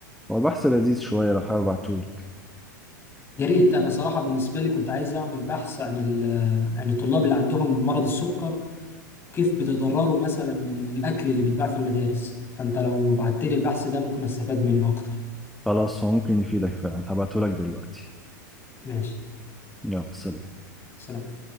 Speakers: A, in the centre; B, on the left.
A: هو بحث لذيذ شوية لو حابب ابعتهولك
B: يا ريت انا صراحه بالنسبه لي كنت عايز اعمل بحث عن ال- عن الطلاب اللي عندهم مرض السكر وكيف بيتضرروا مثلا من الاكل اللي بيتباع في المدارس فانت لو بعت لي البحث ده ممكن استفاد منه اكتر
A: خلاص هو ممكن يفيدك فعلا هبعتهولك دلوقتي
B: ماشي
A: يلا سلام
B: سلام